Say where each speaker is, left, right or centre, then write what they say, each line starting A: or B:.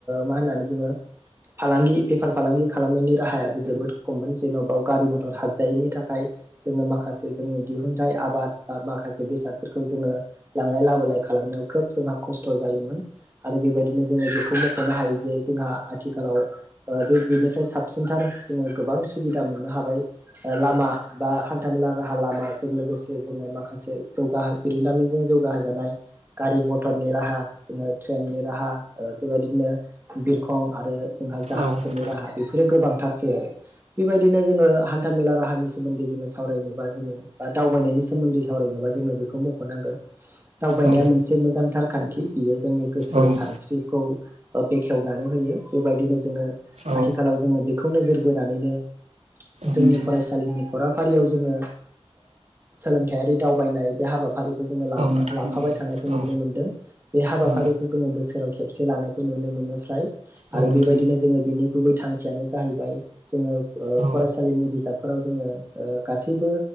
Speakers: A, on the right; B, on the right.
A: मा होननानै बुङो फालांगि बेफार फालांगि खालामनायनि राहायाबो जोबोद खममोन जेन'बा गारि मथर हाबजायैनि थाखाय जोङो माखासे जोंनि दिहुनथाइ आबाद बा मा माखासे बेसादफोरखौ जोङो लांलाय लाबोलाय खालामनायाव खोब जोंहा खस्थ' जायोमोन। आरो बेबायदिनो जोङो बेखौ मख'नो हायो जे जोंहा आथिखालाव बे बेनिफ्रा फ्राय साबसिनथार जोङो गोबां सुबिदा मोननो हाबाय लामा बा हान्थामेला राहा लामाजों लोगोसे जोङो माखासे माखासे जौगाह बिरोंदामिनजों जौगाहजानाय गारि मथरनि राहा जोङो ट्रेननि राहा ओ बेबायदिनो बिरखं आरो जोंहा जाहाजफोरनि
B: औ नोंथां
A: राहा बेफोरो गोबांथारसै आरो बेबायदिनो जोङो हान्था मेला राहानि सोमोन्दै जोङो सावरायनोबा जोङो बा दावबायनायनि सोमोन्दै सावरायनोबा जों बेखौ मख'नांगोन दावबायनाया
B: औ
A: मोनसे मोजांथार खान्थि बियो जोंनि गोसो
B: उम
A: सान स्रिखौ ओ बेखेवनानै होयो बेबायदिनो जोङो
B: औ
A: आथिखालाव जोङो बेखौ नोजोर बोनानै नो जोंनि
B: नोंथां
A: फरायसालिनि फराफारियाव जोङो सोलोंथायारि दावबायनाय बे हाबाफारिखौ जोङो लाफा
B: औ नोंथां
A: लाफाबाय थानायखौ
B: औ
A: नुनो मोनदों बे हाबाफारिखौ
B: औ
A: जोङो बोसोर खेबसे लानायखौ नुनो मोनो फ्राय
B: औ
A: आरो
B: नोंथां
A: बेबायदिनो जोङो बिनि गुबै थांखियानो जाहैबाय जों जोङो ओ
B: औ
A: फरायसालिनि बिजाबफोराव जोङो ओ गासैबो